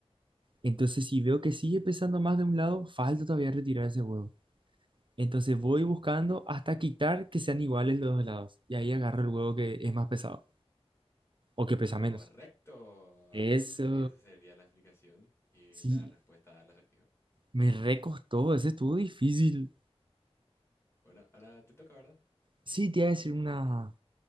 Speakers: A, on the right; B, on the left.
A: Entonces, si veo que sigue pesando más de un lado, falta todavía retirar ese huevo. Entonces voy buscando hasta quitar que sean iguales los dos lados. Y ahí agarro el huevo que es más pesado o que pesa
B: Correcto.
A: menos. Eso,
B: Esa sería la explicación y
A: sí,
B: la respuesta al acertijo.
A: me recostó, ese estuvo difícil.
B: Bueno, ahora te toca, ¿verdad?
A: Sí, te iba a decir una,